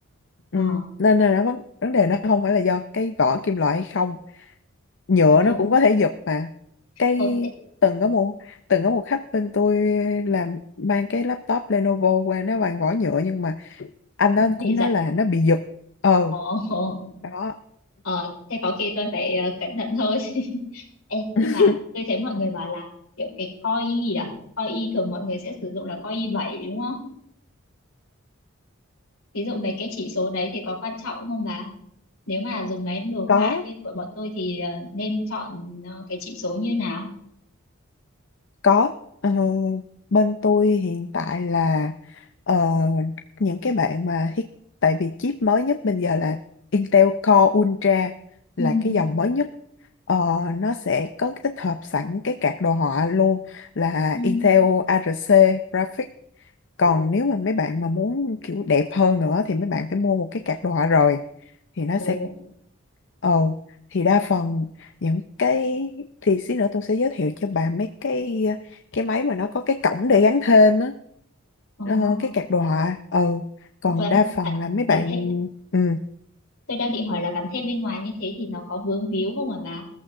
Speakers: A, on the left; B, on the left.
A: ừ.
B: ờ
A: nên là nó vấn, vấn đề nó không phải là do cái vỏ kim loại hay không nhựa
B: ồ
A: nó cũng có thể giật mà cái
B: ồ thế
A: từng có một từng có một khách bên tôi làm mang cái laptop Lenovo qua nó bằng vỏ nhựa nhưng mà anh đó anh
B: bị
A: cũng
B: giật
A: nói là nó bị giật ờ
B: ồ ồ.
A: đó
B: ờ thế có khi tôi phải ờ, cẩn thận hơn <laughs> Ê, nhưng
A: <laughs>
B: mà tôi thấy mọi người bảo là kiểu cái coi gì đó, coi y thường mọi người sẽ sử dụng là coi y 7 đúng không ví dụ mấy cái chỉ số đấy thì có quan trọng không bà nếu mà dùng máy đồ họa
A: có
B: như của bọn tôi thì ờ, nên chọn ờ, cái chỉ số như nào
A: Có, ờ, bên tôi hiện tại là ờ, những cái bạn mà hit, tại vì chip mới nhất bây giờ là Intel Core Ultra
B: ừ
A: là cái dòng mới nhất. Ờ, nó sẽ có tích hợp sẵn cái card đồ họa luôn là
B: ừ
A: Intel ARC Graphics. Còn nếu mà mấy bạn mà muốn kiểu đẹp hơn nữa thì mấy bạn phải mua một cái card đồ họa rồi. Thì nó
B: ồ
A: sẽ ờ thì đa phần những cái thì xí nữa tôi sẽ giới thiệu cho bà mấy cái cái máy mà nó có cái cổng để gắn thêm á
B: ờ
A: ờ, cái card đồ họa ừ
B: vẫn
A: còn đa phần
B: vẫn
A: là mấy bạn
B: vẫn thế
A: ừ,
B: Tôi đang định hỏi là gắn thêm bên ngoài như thế thì nó có vướng víu không hả bà?